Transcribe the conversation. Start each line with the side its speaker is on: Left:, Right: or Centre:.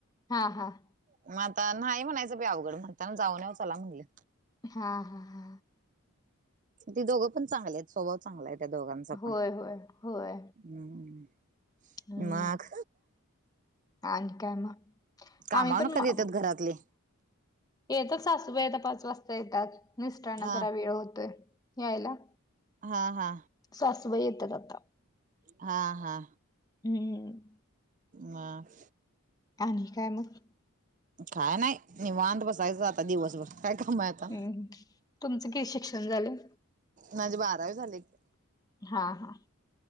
Left: हा.. हा.
Right: मग आता नाही म्हणायचं बी अवघड, म्हणताना जाऊन येवू चला म्हणलं.
Left: हा.. हा.. हा.
Right: ते दोघं पण चांगले आहेत. स्वभाव चांगला आहे त्या दोघांचापण.
Left: होय होय होय
Right: हम्म्.
Left: हम्म
Right: मग.
Left: आणि काय मग?
Right: कामावरून
Left: आम्ही पण
Right: कधी
Left: म-
Right: येतातं घरातले?
Left: येतात सासूबाई आता पाच वाजता येतात, मिस्टरांना
Right: हा
Left: जरा वेळ होतोय यायला.
Right: हा.. हा.
Left: सासूबाई येतात आता.
Right: हा.. हा.
Left: हम्म्.
Right: माग?
Left: आणि काय मग?
Right: काय नाही. निवांत बसायचं, आता दिवसभर काय काम आहे. आता
Left: हम्म्. तुमचं किती शिक्षण झालं?
Right: माझी बारावी झाली की.
Left: हा.. हा.